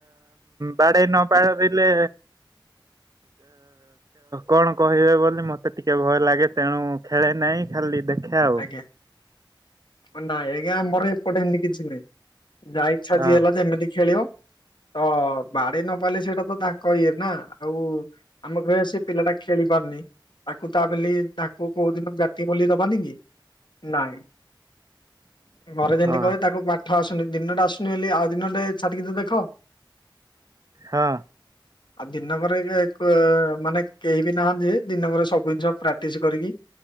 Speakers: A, on the right (about 45°); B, on the left (about 65°).
A: ବାଡେଇ ନ ପାରିଲେ କଣ କହିବେ ବୋଲି ମତେ ଟିକେ ଭୟ ଲାଗେ ତେଣୁ ଖେଳେ ନାହିଁ ଖାଲି ଦେଖେ। ଆଉ।
B: ଆଜ୍ଞା କ ଆଜ୍ଞା ଆମର ଏପଟେ ଏମତି କିଛି ନାହିଁ। ଯାହା ଇଚ୍ଛା
A: ଅ
B: ଯିଏ ହେଲା ଯେମିତି ଖେଳିବ। ତ ବାଡେଇ ନପାରିଲେ ସେଇଟା ତ ତାଙ୍କ ଇଏ ନା ଆମେ କହିବା ସେ ପିଲା ଟା ଖେଳି ପାରୁନି ତାକୁ ତା ବଲି ତାଙ୍କୁ କୋଉ ଦିନ ବ୍ୟାଟି ବୋଲି ଦବାନି କି? ନାଇଁ ଘରେ
A: ହଁ
B: ଯେମତି କ ତାକୁ ବା ପାଠ ଆସୁନି ଦିନଟା ଆସୁନି ବୋଲି ଆଉ ଦିନଟେ ଛାଡ଼ିକି ତ ଦେଖ?
A: ହଁ।
B: ଆଉ ଦିନ କରେ ମାନେ କେହି ବି ନାହାନ୍ତି ଯେ ଦିନ କରେ ସବୁ ଜିନିଷ ପ୍ରାକ୍ଟିସ କରିକି